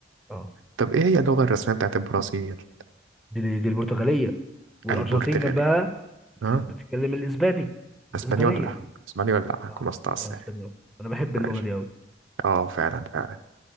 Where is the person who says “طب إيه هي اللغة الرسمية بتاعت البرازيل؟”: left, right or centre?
Right